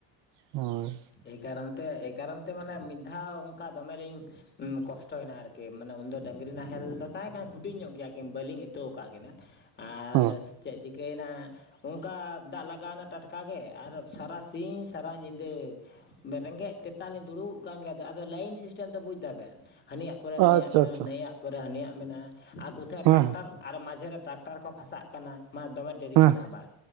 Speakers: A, on the right; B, on the left.
A: ᱦᱚᱭ
B: ᱮᱭ ᱠᱟᱨᱚᱱ ᱛᱮ ᱮᱭ ᱠᱟᱨᱚᱱ ᱛᱮ ᱢᱟᱱᱮ ᱢᱤᱫ ᱫᱷᱟᱣ ᱚᱱᱠᱟ ᱫᱚᱢᱮᱞᱤᱧ ᱠᱚᱥᱴᱚᱭᱮᱱᱟ ᱟᱨᱠᱤ ᱢᱟᱱᱮ ᱩᱱᱫᱚ ᱰᱟᱹᱝᱨᱤ ᱱᱟᱦᱮᱞ ᱫᱚ ᱛᱟᱦᱮᱸ ᱠᱟᱱᱟ ᱦᱩᱰᱤᱧ ᱧᱚᱜ ᱜᱮᱭᱟ ᱠᱤᱱ ᱵᱟᱹᱞᱤᱧ ᱤᱛᱳ ᱟᱠᱟᱫ ᱠᱤᱱᱟᱹ᱾ ᱟᱨ
A: ᱦᱳᱭ
B: ᱪᱮᱫ ᱪᱤᱠᱟᱹᱭᱮᱱᱟ ᱚᱱᱠᱟ ᱫᱟᱜ ᱞᱟᱜᱟᱣᱮᱱᱟ ᱴᱟᱴᱠᱟᱜᱮ ᱟᱨ ᱥᱟᱨᱟ ᱥᱤᱧ ᱥᱟᱨᱟ ᱧᱤᱫᱟᱹ ᱨᱮᱸᱜᱮᱡ ᱛᱮᱛᱟᱝ ᱞᱤᱧ ᱫᱩᱲᱩᱵ ᱠᱟᱱ ᱜᱮᱭᱟ ᱟᱫᱚ ᱞᱟᱭᱤᱱ ᱥᱤᱥᱴᱮᱢ ᱛᱚ ᱵᱩᱡ ᱫᱟᱵᱮᱱ᱾ ᱦᱟᱹᱱᱤᱭᱟᱜ ᱯᱚᱨᱮ ᱱᱟᱹᱭᱟᱜ
A: ᱟᱪᱪᱷᱟ
B: ᱢᱮᱱᱟᱜᱼᱟ
A: ᱟᱪᱪᱷᱟ
B: ᱱᱟᱹᱭᱟᱜ ᱯᱚᱨᱮ ᱦᱟᱱᱤᱭᱟᱜ ᱢᱮᱱᱟᱜᱼᱟ ᱟᱠᱚ ᱴᱟᱠᱴᱟᱨ
A: ᱦᱮᱸ
B: ᱟᱨ ᱢᱟᱡᱷᱮᱨᱮ ᱴᱨᱟᱠᱴᱟᱨ ᱠᱚ ᱯᱷᱟᱥᱟᱜᱼᱟ ᱢᱟ ᱫᱚᱢᱮ ᱰᱮᱨᱤᱜ
A: ᱦᱮᱸ
B: ᱠᱟᱱᱟ ᱟᱵᱟᱨ